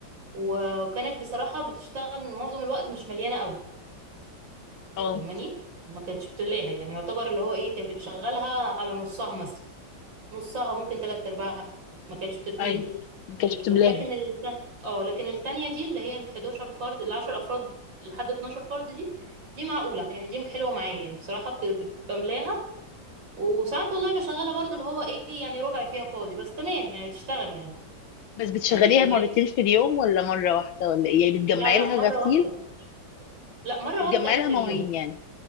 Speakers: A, on the right; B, on the left.
A: وكانت بصراحه بتشتغل معظم الوقت مش مليانه قوي
B: اه
A: فاهماني ما كانتش بتملاها يعني يعتبر اللي هو ايه كانت بتشغلها على نصها مثلا نصها ممكن تلات ارباعها ما كانتش بتتملي
B: اي ما كانتش
A: ال-
B: بتملاها
A: لكن التانية اه لكن التانية دي اللي هي ال 11 فرد ال 10 افراد لحد 12 فرد دي دي معقولة يعني دي حلوة معايا يعني بصراحة بت- بت- بملاها وساعات والله بشغلها برضو اللي هو ايه يعني ربع فيها فاضي بس تمام يعني بتشتغل يعني
B: بس بتشغليها
A: يعني ان هي
B: مرتين في اليوم ولا مرة واحدة ولا ايه يعني بتجمعي
A: لا لا
B: لها
A: مرة
B: غسيل
A: واحدة لا مرة
B: بتجمعي
A: واحدة اخر
B: لها مواعين
A: اليوم
B: يعني